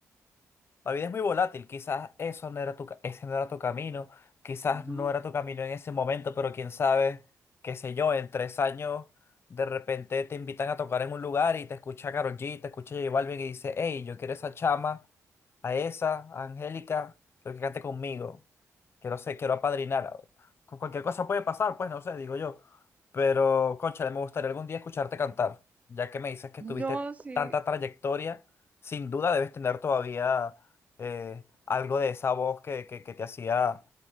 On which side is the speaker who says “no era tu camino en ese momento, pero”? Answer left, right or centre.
Left